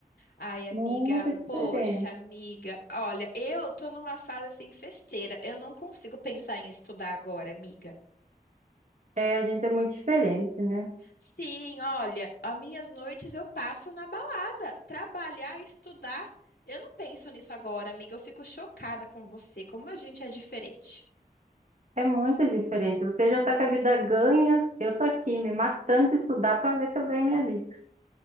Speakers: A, on the left; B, on the right.
A: Ai, amiga,
B: Muito diferente.
A: poxa, amiga, olha, eu tô numa fase assim festeira, eu não consigo pensar em estudar agora, amiga.
B: É, a gente é muito diferente, né?
A: Sim, olha, as minhas noites eu passo na balada, trabalhar, estudar. Eu não penso nisso agora, amiga, eu fico chocada com você, como a gente é diferente.
B: É muito diferente. Você já tá com a vida ganha, eu tô aqui me matando de estudar para ver se eu ganho minha vida.